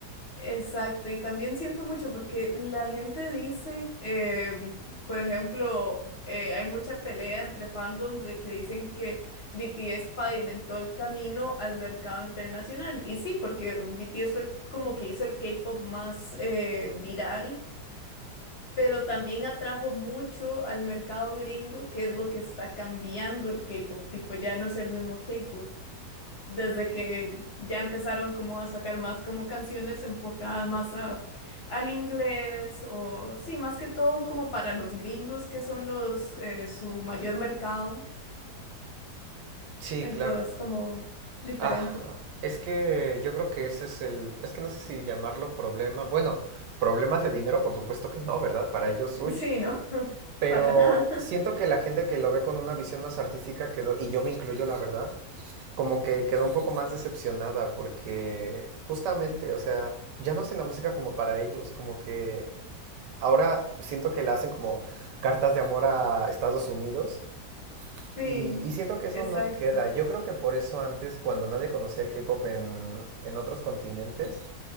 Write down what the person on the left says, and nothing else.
Exacto, y también siento mucho porque la gente dice, em, por ejemplo, eh, hay mucha pelea entre fandoms de que dicen que BTS pavimentó el camino al mercado internacional. Y sí, porque BTS fue el- como que hizo el K-pop más eh, viral, pero también atrajo mucho al mercado gringo, que es lo que está cambiando el K-pop, tipo ya no es el mismo K-pop desde que ya empezaron como a sacar más como canciones enfocadas más a, al inglés o sí, más que todo como para los gringos que son los eh, su mayor mercado,
entonces
como diferente.
<laughs>
Sí, no, <laughs>
para nada. <laughs>
Sí,
exacto,